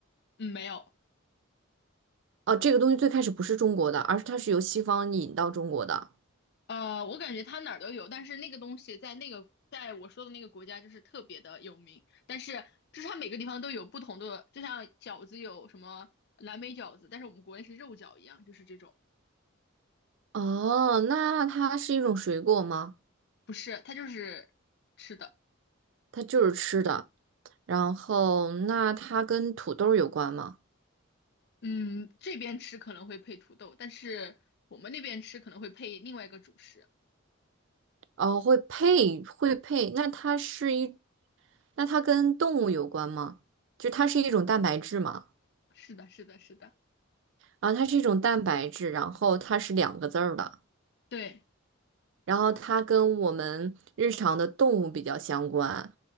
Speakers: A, on the left; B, on the right.
A: 嗯，没有，
B: 哦，这个东西最开始不是中国的，而是它是由西方引到中国的。
A: 呃，我感觉它哪儿都有，但是那个东西在那个在我说的那个国家就是特别的有名，但是就是它每个地方都有不同的，就像饺子有什么蓝莓饺子，但是我们国内是肉饺一样，就是这种，
B: 哦，那它是一种水果吗？
A: 不是，它就是吃的。
B: 它就是吃的。然后，那它跟土豆儿有关吗？
A: 嗯，这边吃可能会配土豆，但是我们那边吃可能会配另外一个主食。
B: 哦，会配会配。那它是一，那它跟动物有关吗？就它是一种蛋白质嘛？
A: 是的，是的，是的，
B: 啊，它是一种蛋白质，然后它是两个字儿的，
A: 对，
B: 然后它跟我们日常的动物比较相关，